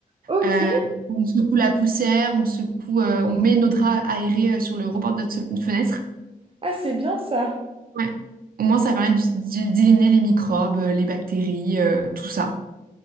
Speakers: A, on the right (about 40°); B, on the right (about 80°).
A: Ok.
B: Euh, on secoue la poussière, on secoue, euh, on met nos draps aérés euh, sur le rebord de notre se- fenêtre.
A: Ah, c'est bien ça.
B: Ouais. Au moins ça permet d- d- d'éliminer les microbes, euh, les bactéries, euh, tout ça.